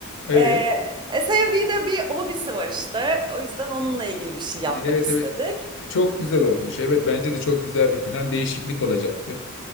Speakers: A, on the left; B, on the right.
A: Evet.
B: Ee, e, sevdiği de bir hobisi var işte. O yüzden onunla ilgili bir şey yapmak
A: Evet
B: istedik.
A: evet. Çok güzel olmuş. Evet bence de çok güzel bir plan. Değişiklik olacaktır.